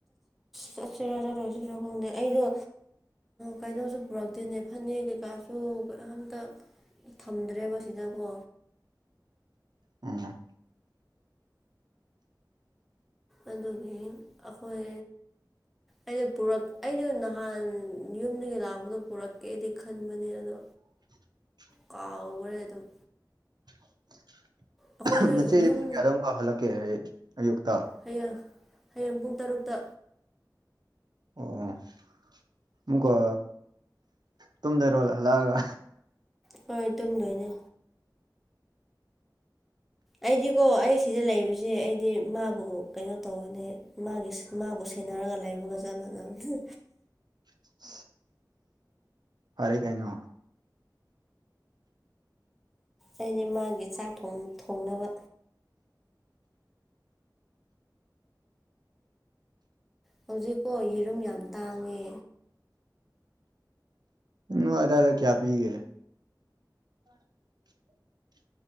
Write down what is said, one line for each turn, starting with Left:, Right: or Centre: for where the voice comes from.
Centre: ꯆꯠꯁꯤꯔꯔ ꯂꯣꯏꯁꯤꯔꯣ ꯈꯪꯗꯦ ꯑꯩꯗꯣ ꯀꯩꯅꯣꯁꯨ ꯄꯨꯔꯛꯇꯦꯅꯦ ꯐꯅꯦꯛ ꯀꯩꯀꯥꯁꯨ ꯀꯝꯇ ꯊꯝꯗ꯭ꯔꯦꯕ ꯁꯤꯗꯀꯣ
Right: ꯎꯝ
Centre: ꯑꯗꯨꯒꯤ ꯑꯩꯈꯣꯏ ꯑꯩꯗꯣꯛ ꯑꯩꯗ ꯅꯍꯥꯟ ꯌꯨꯝꯗꯒꯤ ꯂꯥꯛꯄꯗꯣ ꯄꯨꯔꯛꯀꯦꯗꯤ ꯈꯟꯕꯅꯦ ꯑꯗꯣ
Right: <inaudible>
Centre: ꯀꯥꯎꯈ꯭ꯔꯦ ꯑꯗꯨꯝ
Right: <unintelligible>
Centre: ꯑꯩꯈꯣꯏꯁꯨ
Right: ꯉꯁꯤ ꯑꯗꯤ
Centre: ꯌꯨꯝ
Right: ꯄ ꯀꯌꯥꯗ ꯑꯃꯨꯛꯀ ꯍꯜꯂꯛꯀꯦ ꯑꯩ ꯑꯌꯨꯛꯇ
Centre: ꯍꯌꯦꯡ ꯍꯌꯦꯡ ꯄꯨꯡ ꯇꯔꯨꯛꯇ
Right: ꯑꯣ ꯏꯀ ꯇꯨꯝꯗꯔꯣ ꯍꯜꯂꯛꯑꯒ
Centre: ꯍꯣꯏ ꯇꯨꯝꯗꯣꯏꯅꯦ ꯑꯩꯗꯤꯀꯣ ꯑꯩ ꯁꯤꯗ ꯂꯩꯕꯁꯦ ꯑꯩꯗꯤ ꯃꯥꯕꯨ ꯀꯩꯅꯣ ꯇꯧꯕꯅꯦ ꯃꯥꯒꯤꯁ ꯃꯥꯕꯨꯁ ꯊꯦꯟꯅꯔꯒ ꯂꯩꯕꯒ ꯆ ꯃꯟꯅꯕꯅꯦ
Right: <unintelligible> ꯐꯔꯦ ꯀꯩꯅꯣ
Centre: ꯑꯩꯗꯤ ꯃꯥꯒꯤ ꯆꯥꯛ ꯊꯣꯡ ꯊꯣꯡꯅꯕ ꯍꯧꯖꯤꯛꯄꯣ ꯌꯦꯔꯨꯝ ꯌꯥꯝ ꯇꯥꯡꯉꯦ
Right: ꯅꯣꯏ ꯑꯗꯥꯥꯏꯗ ꯀꯌꯥ ꯄꯤꯒꯦ <unintelligible>